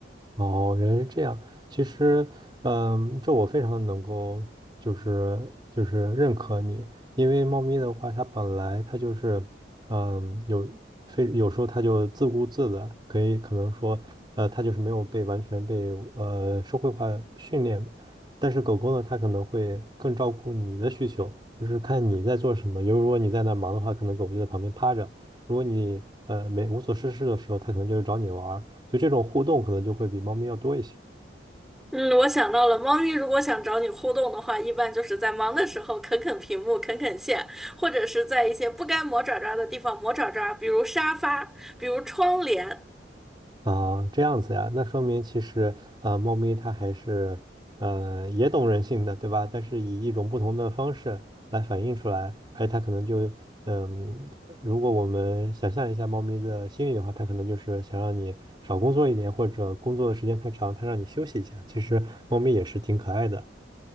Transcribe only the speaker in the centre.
嗯，我想到了，猫咪如果想找你互动的话，一般就是在忙的时候啃啃屏幕、啃啃线，或者是在一些不该磨爪爪的地方磨爪爪，比如沙发，比如窗帘，